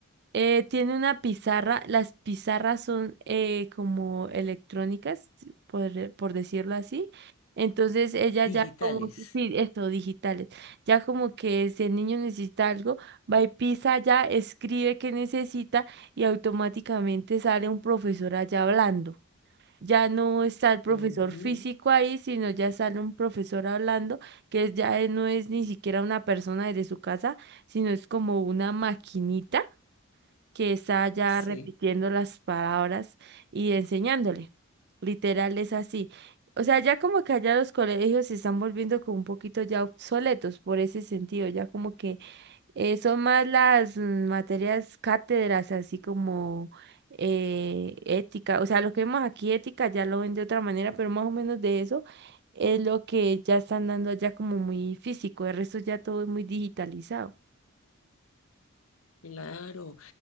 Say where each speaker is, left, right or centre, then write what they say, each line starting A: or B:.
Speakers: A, on the right; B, on the left.
A: Eh, tiene una pizarra, las pizarras son eh, como electrónicas, por, por decirlo así. Entonces ella
B: Digitales.
A: ya como, que- sí, esto, digitales, ya como que si el niño necesita algo, va y pisa allá, escribe que necesita y automáticamente sale un profesor allá hablando. Ya no está el profesor
B: Ujú,
A: físico ahí, sino ya sale un profesor hablando, que es- ya eh, no es ni siquiera una persona desde su casa, sino es como una maquinita que está ya
B: Sí,
A: repitiendo las palabras y enseñándole. Literal es así. O sea, ya como que allá los colegios se están volviendo como un poquito ya obsoletos por ese sentido, ya como que eh, son más las mm, materias cátedras, así como eh, ética. O sea, lo que vemos aquí ética ya lo ven de otra manera, pero más o menos de eso es lo que ya están dando allá como muy físico. El resto ya todo es muy digitalizado.
B: claro.